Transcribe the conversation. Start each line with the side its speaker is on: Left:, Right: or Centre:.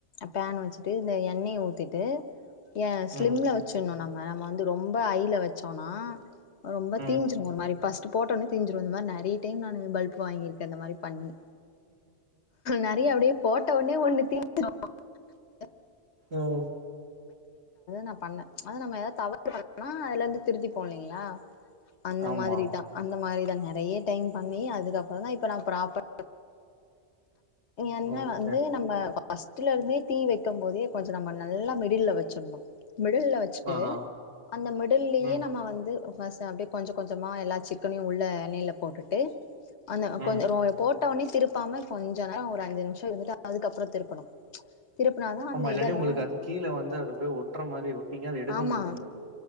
Left: பேன் வச்சுட்டு இந்த எண்ணெய ஊ திட்டு ஏ ஸ்லிம்ல
Right: ம்
Left: வச்சிருணு நம் நம்ம வந்து ரொம்ப ஐல வச்சோம்னா ரொம்ப
Right: ம்
Left: தீஞ்சுரும் ஒரு மாரி பஸ்ட் போட்ட உனே செஞ்சிரு அந்த மாரி நெறைய டைம் நா பல்ப் வாங்கிருக்கே இந்த மாரி பண்ணி நெறைய அப்டியே போட்ட உனே ஒண்ணு தின் <unintelligible>
Right: உம்
Left: நா பண்ணே அது நம்ம ஏதாவது தவறு பண்ணனா அதுல இருந்து திருத்தி போ இல்லைங்ளா அந்த
Right: ஆமா
Left: மாதிரி தா அந்த மாரி நெறய டைம் பண்ணி அதுக்கப்றோ தா இப்ப நா ப்ராப்ரா என்ன
Right: ஓகே
Left: வந்து நம்ம பஸ்ட்ல இருந்தே தீ வைக்கு போதே கொஞ்சோ நம்ம நல்லா மிடில்ல வச்சிடணு மிடில்ல வச்சுட்டு
Right: ஆ ஆ
Left: அந்த மிடில்லயே
Right: ம்
Left: நம்ம வந்து அப்டியே கொஞ்சோ கொஞ்சோமா எல்லா சிக்கனையு உள்ள எண்ணயில போட்டுட்டு அந்த
Right: ம்
Left: கொஞ்சோ போட்ட ஒனே திருப்பாம கொஞ்ச நேரோ ஒரு அஞ்சு நிமிஷோ இருந்துட்டு அதுக்கப்றோ திருப்பணு திருப்புனாதா அந்த
Right: ஆமா இல்லாட்டி
Left: இதெல்லா
Right: உங்களுக்கு அது கீழ வந்து அது போய் ஒட்டுற மாரி ஒட்டிக்கு அது எடுக்கும்
Left: ஆமா
Right: போது உங்களுக்கு